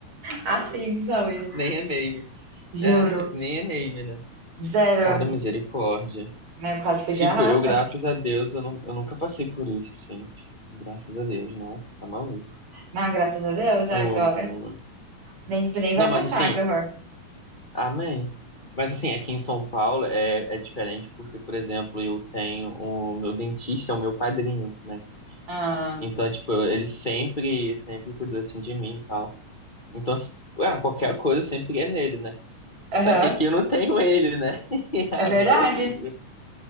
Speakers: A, on the right (about 60°); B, on the left (about 30°).
A: Assim de saúde.
B: Nem é meme.
A: Juro.
B: É, nem é meme, né?
A: Zero.
B: Cara, misericórdia.
A: Né? Eu quase fui
B: Tipo,
A: de arrasta.
B: eu, graças a Deus, eu, não, eu nunca passei por isso, assim. Tipo, graças a Deus, nossa, tá maluco.
A: Não, graças a Deus, agora.
B: Hum.
A: Nem, nem vai
B: Não, mas
A: passar,
B: assim,
A: que horror.
B: amém. Mas assim, aqui em São Paulo é, é diferente porque, por exemplo, eu tenho o meu dentista, é o meu padrinho, né?
A: Ah,
B: Então, tipo, ele sempre, sempre cuidou assim de mim e tal. Então, se- ah, qualquer coisa sempre é nele, né?
A: Aham.
B: Só que aqui eu não tenho ele, né? <laughs> Aí
A: É verdade.
B: é horrível.